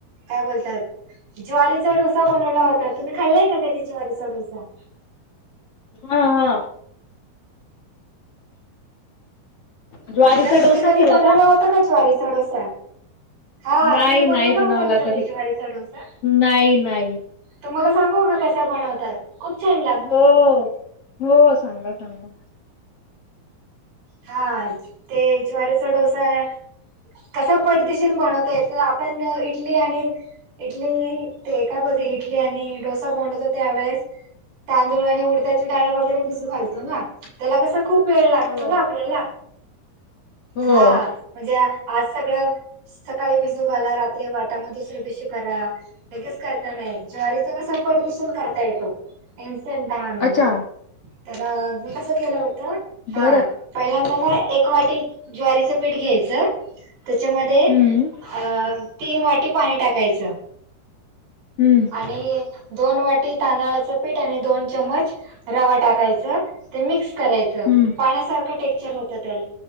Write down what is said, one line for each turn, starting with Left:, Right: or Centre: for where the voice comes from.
Right: काय बोलतात ज्वारीचा डोसा बनवला होता तुम्ही खाल्लाय का कधी ज्वारीचा डोसा
Left: हा हा ज्वारीचा
Right: म्हटलं तुम्ही
Left: डोसा
Right: कधी
Left: केला
Right: बनवलं होत का ज्वारीचा डोसा हा
Left: नाही
Right: तुम्ही
Left: नाही
Right: बनवला होता का घरी
Left: कधी
Right: ज्वारीचा डोसा
Left: नाही नाही
Right: तुम्हाला सांगू का कसा बनवतात खूप छान लाग -
Left: हो हो सांगा सांगा
Right: हा ते ज्वारीचा डोसा कसा पटदिशीन बनवता येत आपण इडली आणि इडली ते का बोलते इडली आणि डोसा बनवतो त्यावेळेस तांदूळ आणि उडद्याची डाळ वगैरे भिजू घालतो ना त्याला कसा खूप वेळ लागतो
Left: हो
Right: ना आपल्याला
Left: हो
Right: हा म्हणजे आज सगळं सकाळी भिजू घाला रात्री वाटामध्ये दुसर दिशी करा लगेच करता नाही ज्वारीचा कसा पट दिशीन करता येतो इन्सेंट दहा मिनिटात
Left: अच्छा
Right: तर मी कसं केलं होत हा
Left: बरं
Right: पहिल्यांदा ना एक वाटी ज्वारीचं पीठ घ्यायचं त्याच्यामध्ये
Left: हम्म
Right: अ तीन वाटी पाणी टाकायचं
Left: हम्म
Right: आणि दोन वाटी तांदळाचं पीठ आणि दोन चमच रवा टाकायचा मिक्स करायच
Left: हम्म
Right: पाण्यासार टेक्चर होत त्या